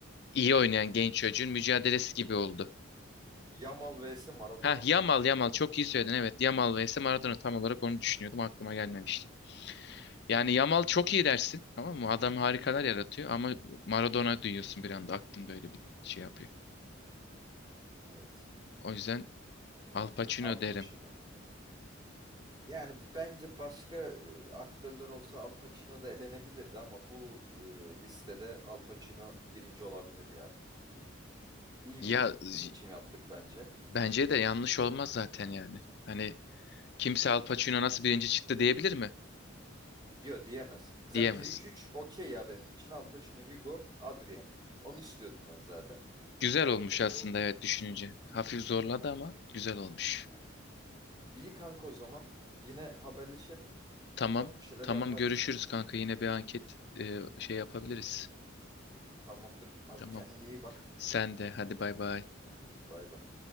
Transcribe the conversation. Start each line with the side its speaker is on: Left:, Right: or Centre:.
Left: iyi oynayan genç çocuğun mücadelesi gibi oldu.
Right: Yamal vs Maradona
Left: Ha Yamal
Right: mı?
Left: Yamal çok iyi söyledin evet. Yamal vs Maradona tam olarak onu düşünüyordum aklıma gelmemişti. Yani
Right: Hmm.
Left: Yamal çok iyi dersin tamam mı? Adam harikalar yaratıyor ama Maradona duyuyorsun bir anda aklında öyle bir şey yapıyor.
Right: Evet.
Left: O yüzden Al Pacino
Right: Al Pacino.
Left: derim.
Right: Yani bence başka e, aktörler olsa Al Pacino da elenebilirdi ama bu e, listede Al Pacino birinci olabilir ya. İyi
Left: Ya
Right: bir
Left: z-
Right: seçim yaptık bence.
Left: bence de yanlış olmaz zaten yani. Hani kimse Al Pacino nasıl birinci çıktı diyebilir mi?
Right: Diyor diyemez. Zaten
Left: Diyemez.
Right: 1-2-3 okey ya benim için. Al Pacino, Hugo, Adrien. Onu istiyordum ben zaten.
Left: Güzel olmuş
Right: Öyle
Left: aslında
Right: de oldu.
Left: evet düşününce. Hafif zorladı
Right: Aynen.
Left: ama güzel olmuş.
Right: Evet. İyi kanka o zaman. Yine haberleşelim.
Left: Tamam.
Right: Bu tarz bir şeyler
Left: Tamam
Right: yaparız.
Left: görüşürüz kanka. Yine bir anket e, şey yapabiliriz.
Right: Tamamdır. Hadi
Left: Tamam.
Right: kendine iyi bak.
Left: Sen de hadi bay bay.
Right: Hadi bay bay.